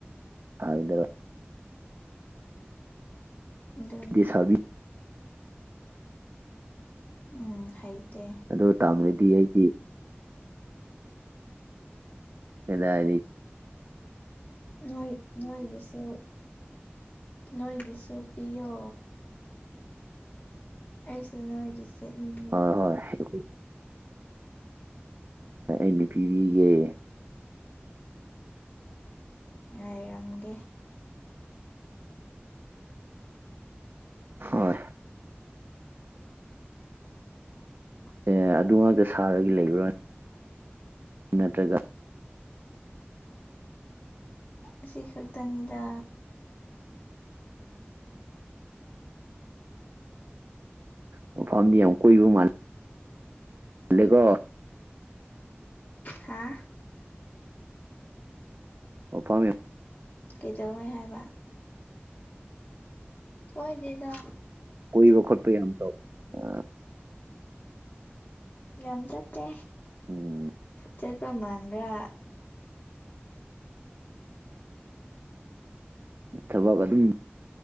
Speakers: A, on the right; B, on the left.
A: ꯊ ꯏꯗꯔ
B: ꯎ
A: ꯁꯥꯕꯤ
B: ꯎꯝ ꯍꯩꯇꯦ
A: ꯑꯗꯣ ꯇꯥꯝꯃꯗꯤ ꯑꯩꯗꯤ ꯑꯦꯗꯥꯗꯤ
B: ꯅꯣꯏ ꯅꯣꯏꯒꯤꯁꯨ ꯅꯣꯏꯒꯤꯁꯨ ꯄꯤꯌꯣ ꯑꯩꯁꯨ ꯅꯣꯏꯒꯤꯁꯦꯅꯤꯡ
A: ꯍꯣꯏ ꯍꯣꯏ ꯑꯩꯅ ꯄꯤꯕꯤꯒꯦ
B: ꯉꯥꯏꯔꯝꯒꯦ
A: ꯍꯣꯏ
B: <inaudible>
A: ꯑꯦ ꯑꯗꯨ ꯉꯥꯛꯇ ꯁꯥꯔꯒ ꯂꯩꯕ꯭ꯔꯥꯅꯦ ꯏ꯭ꯔꯒ
B: ꯑꯁꯤ ꯈꯛꯇꯅꯤꯗ
A: ꯎ ꯃꯐꯝꯐꯝꯗꯤ ꯌꯥꯝ ꯀꯣꯏꯕ ꯃꯥꯜꯂꯦ ꯒꯣ
B: ꯍꯥ
A: ꯑꯣꯄꯥꯝ
B: ꯀꯩꯗꯧꯋꯦ ꯍꯥꯏꯕ ꯑꯣꯏꯣꯏꯗꯗ
A: ꯀꯣꯏꯕ ꯈꯣꯠꯄ ꯌꯥꯝ ꯇꯧ ꯑ
B: ꯌꯥꯝ ꯆꯠꯇꯦ
A: ꯎꯝ
B: ꯆꯠꯄ ꯃꯥꯟꯕ꯭ꯔꯥ
A: ꯊꯕꯛ ꯑꯗꯨꯝ